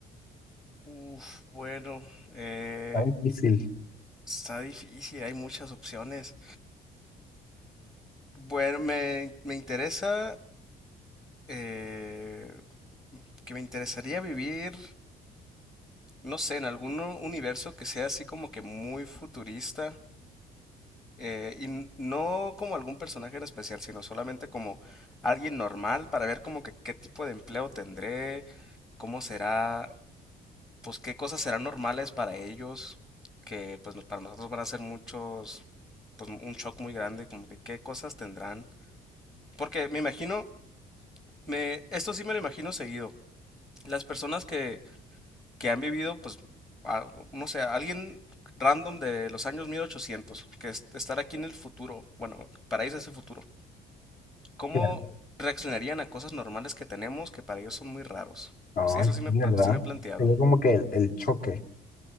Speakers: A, on the left; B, on the left.
A: Uf, bueno. eh,
B: Está difícil.
A: Está difícil, hay muchas opciones. Bueno, me, me interesa eh, que me interesaría vivir, no sé, en algún u- universo que sea así como que muy futurista. eh, y n- no como algún personaje en especial, sino solamente como alguien normal para ver como que qué tipo de empleo tendré, cómo será, pues qué cosas serán normales para ellos, que pues para nosotros van a ser muchos, pues un shock muy grande, como que qué cosas tendrán. Porque me imagino, me, esto sí me lo imagino seguido. Las personas que, que han vivido, pues, a- no sé, alguien random de los años 1800, que es- estar aquí en el futuro, bueno, para ellos es el futuro. ¿Cómo
B: Claro.
A: reaccionarían a cosas normales que tenemos que para ellos son muy raros?
B: Ay,
A: Sí, eso
B: sí,
A: sí me, pla-
B: ¿verdad?
A: sí me he planteado.
B: Sería como que el, el choque.